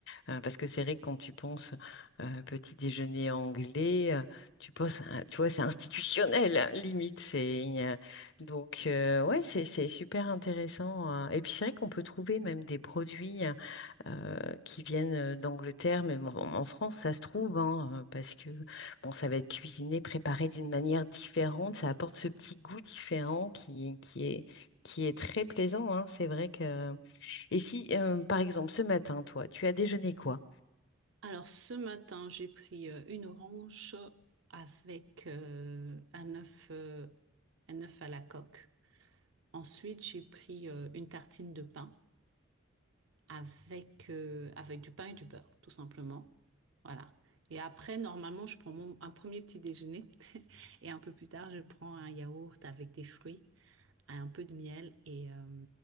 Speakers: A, on the left; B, on the right.
A: Euh, parce que c'est vrai que quand tu penses euh, petit déjeuner anglais, euh, tu penses, à- tu vois, c'est institutionnel, hein, limite. C'est, euh, donc, euh, ouais, c'est, c'est super intéressant. hein. Et puis, c'est vrai qu'on peut trouver même des produits euh, qui viennent euh, d'Angleterre, même en, en France, ça se trouve, hein, euh, parce que, bon, ça va être cuisiné, préparé d'une manière différente. Ça apporte ce petit goût différent qui, qui est, qui est très plaisant, hein. C'est vrai que... Et si, euh, par exemple, ce matin, toi, tu as déjeuné quoi?
B: Alors ce matin, j'ai pris euh, une orange avec euh, un œuf, euh, un œuf à la coque Ensuite, j'ai pris euh, une tartine de pain avec, euh, avec du pain et du beurre, tout simplement. Voilà. Et après, normalement, je prends mon, un premier petit déjeuner et un peu plus tard, je prends un yaourt avec des fruits, un peu de miel et, euh,